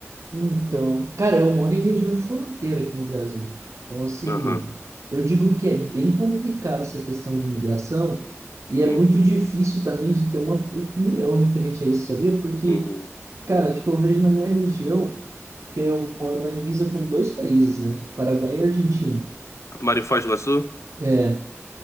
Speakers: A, on the right (about 70°); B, on the left (about 70°).
A: Então, cara, eu moro em região de fronteira aqui no Brasil. Então, assim,
B: Aham,
A: eu digo que é bem complicado essa questão de imigração e é
B: uhum,
A: muito difícil também de ter uma opinião diferente a isso, sabia? Porque,
B: uhum.
A: cara, tipo, eu vejo na minha região que eu moro na divisa com dois países, né? Paraguai e Argentina.
B: A em Foz do Iguaçu?
A: É,